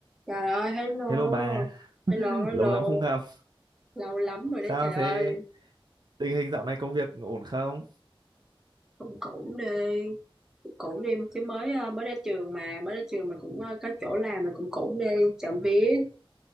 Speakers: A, in the centre; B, on the right.
A: Trời ơi, hello.
B: Hello bà,
A: Hello, hello.
B: lâu lắm không gặp.
A: Lâu lắm rồi
B: Sao
A: đó trời
B: thế?
A: ơi.
B: Tình hình dạo này công việc ổn không?
A: Cũng cũng đi, cũng cũng đi chứ mới ờ, mới ra trường mà, mới ra trường mà cũng ờ, có chỗ làm mà cũng cũng đi, chậm vía.